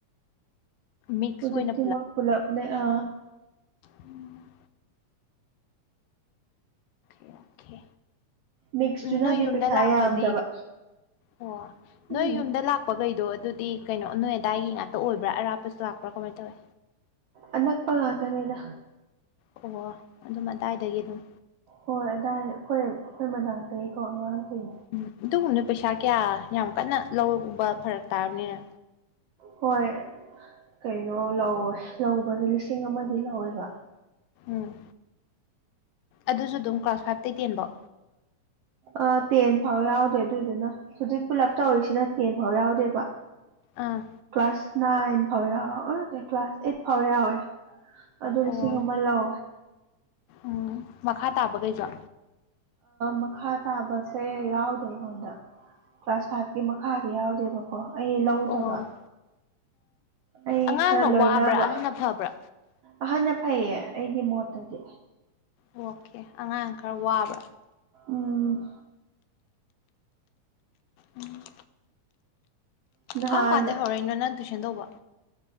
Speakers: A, on the left; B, on the right.
A: ꯃꯤꯛꯁ
B: ꯍꯧꯖꯤꯛꯇꯤ
A: ꯑꯣꯏꯅ
B: ꯃꯣꯏ ꯄꯨꯂꯞꯅꯦ ꯑ
A: ꯎꯝ ꯑꯣꯀꯦ ꯑꯣꯀꯦ
B: ꯃꯤꯛꯁꯇꯨꯅꯗꯤ
A: ꯎꯝ ꯅꯣꯏ ꯌꯨꯝꯗ
B: ꯄꯩꯁꯥ
A: ꯂꯥꯛꯄꯗꯤ
B: ꯌꯥꯝꯗꯕ
A: ꯑꯣ
B: ꯎꯝ
A: ꯅꯣꯏ ꯌꯨꯝꯗ ꯂꯥꯛꯄꯈꯩꯗꯣ ꯑꯗꯨꯗꯤ ꯀꯩꯅꯣ ꯅꯣꯏ ꯑꯗꯥꯏꯒꯤ ꯉꯥꯛꯇ ꯑꯣꯏꯕ꯭ꯔꯥ ꯑꯔꯥꯞꯄꯁꯨ ꯂꯥꯛ ꯄ꯭ꯔ ꯀꯃꯥꯏ ꯇꯧꯋꯦ
B: ꯑꯅꯛꯄ ꯉꯥꯛꯇꯅꯤꯗ
A: ꯑꯣ ꯑꯗꯨꯝ ꯑꯗꯥꯏꯗꯒꯤ ꯑꯗꯨꯝ
B: ꯍꯣꯏ ꯑꯗꯥꯏ ꯑꯩꯈꯣꯏ ꯑꯩꯈꯣꯏ ꯃꯅꯥꯛꯇꯒꯤꯀꯣ ꯑꯉꯥꯡꯁꯤꯡ
A: ꯎꯝ ꯑꯗꯨꯒꯨꯝꯕꯗꯤ ꯄꯩꯁꯥ ꯀꯌꯥ ꯌꯥꯝ ꯀꯟꯅ ꯂꯧꯕ ꯐꯔꯛ ꯇꯥꯔꯝꯅꯤꯅ
B: ꯍꯣꯏ ꯀꯩꯅꯣ ꯂꯧꯋꯦ ꯂꯧꯕꯁꯦ ꯂꯤꯁꯤꯡ ꯑꯃꯗꯤ ꯂꯧꯋꯦꯕ
A: ꯎꯝ ꯑꯗꯨꯁꯨ ꯑꯗꯨꯝ ꯀ꯭ꯂꯥꯁ ꯐꯥꯏꯚꯇꯩ ꯇꯦꯟꯕꯧ
B: ꯑ ꯇꯦꯟ ꯐꯥꯎ ꯌꯥꯎꯗꯦ ꯑꯗꯨꯗꯨꯅ ꯍꯧꯖꯤꯛ ꯄꯨꯂꯞ ꯇꯧꯔꯤꯁꯤꯅ ꯇꯦꯟ ꯐꯥꯎ ꯌꯥꯎꯗꯦꯕ
A: ꯑꯥ
B: ꯀ꯭ꯂꯥꯁ ꯅꯥꯏꯟ ꯐꯥꯎ ꯌꯥꯎꯋꯦ ꯅꯠꯇ ꯀ꯭ꯂꯥꯁ ꯑꯩꯠ ꯐꯥꯎ ꯌꯥꯎꯋꯦ ꯑꯗꯨ
A: ꯑꯣ
B: ꯂꯤꯁꯤꯡ ꯑꯃ ꯂꯧꯋꯦ
A: ꯎꯝ ꯃꯈꯥ ꯇꯥꯕꯈꯩꯖꯨ
B: ꯃꯈꯥ ꯇꯥꯕꯁꯦ ꯌꯥꯎꯗꯦ ꯑꯩꯉꯣꯟꯗ ꯀ꯭ꯂꯥꯁ ꯐꯥꯏꯚꯀꯤ ꯃꯈꯥꯗꯤ ꯌꯥꯎꯗꯦꯕꯀꯣ ꯑꯩ ꯂꯧꯗꯕ
A: ꯑꯣ
B: ꯑꯩ
A: ꯑꯉꯥꯡꯅ
B: ꯈꯔ ꯂꯣꯏꯅꯕ
A: ꯋꯥꯕ꯭ꯔꯥ ꯑꯍꯟꯅ ꯐꯕ꯭ꯔꯥ
B: ꯑꯍꯟꯅ ꯐꯩꯌꯦ ꯑꯩꯒꯤ ꯃꯣꯠꯇꯗꯤ
A: ꯑꯣꯀꯦ ꯑꯉꯥꯡ ꯈꯔ ꯋꯥꯕ
B: ꯎꯝ
A: ꯎꯝ
B: ꯅꯍꯥꯟ
A: ꯀꯝ ꯀꯥꯟꯗꯩ ꯍꯧꯔꯛꯏꯅꯣ ꯅꯪ ꯇꯨꯏꯁꯟ ꯇꯧꯕ